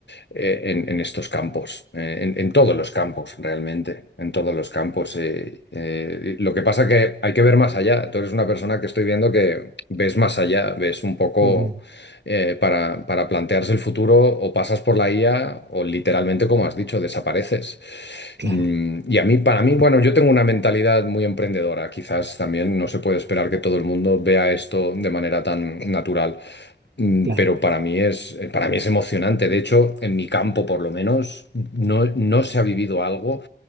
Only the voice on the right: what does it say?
Ujú,
Claro,
claro.